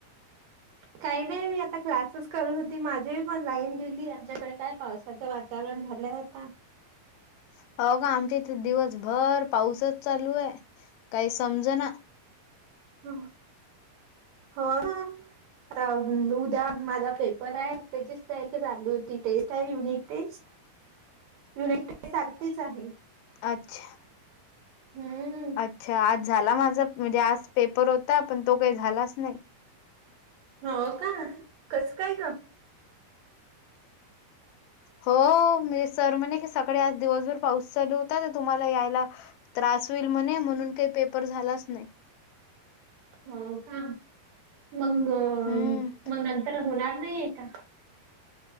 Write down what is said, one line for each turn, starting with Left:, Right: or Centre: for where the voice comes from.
Right: काही नाही मी आता क्लासेस करत होती. माझी पण लाईन गेली आच्याकडे काय पावसाचं वातावरण झालं. <unintelligible> ता.
Left: <inaudible> हो का. आमच्या इथे दिवसभर पाऊसच चालू आहे. काही समज ना.
Right: हा. हा. आ उद्या माझा पेपर आहे त्याचीच त चाल होती टेस्ट आहे युनिट टेस्ट.
Left: <inaudible>
Right: <unintelligible> सारखच आहे.
Left: अच्छा.
Right: हम्म
Left: अच्छा आज झाला माझा म्हणजे आज पेपर होता पण तो काही झालाच नाही. <inaudible>
Right: हो का, कस काय ग?
Left: हो मी. सर म्हणे सगळे आज दिवसभर पाऊस चालू होता तर तुम्हाला यायला त्रास होईल म्हणे म्हणून काय पेपर झालाच नाही.
Right: हो का, मग
Left: हम्म
Right: म नंतर होणार नाहीय का?